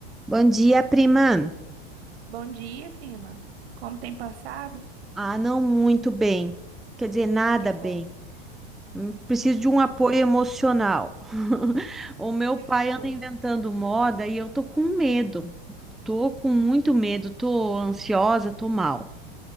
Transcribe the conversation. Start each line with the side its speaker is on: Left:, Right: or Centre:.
Centre: Bom dia, prima.
Right: Bom dia, prima. Como tem passado?
Centre: Ah, não muito bem. Quer dizer, nada
Right: Que
Centre: bem.
Right: foi?
Centre: Hum, Preciso
Right: Que
Centre: de um
Right: que
Centre: apoio
Right: foi?
Centre: emocional. <laughs> O meu
Right: Que
Centre: pai
Right: que foi?
Centre: anda inventando moda e eu tô com medo. Tô com muito medo, tô ansiosa, tô mal.
Right: Que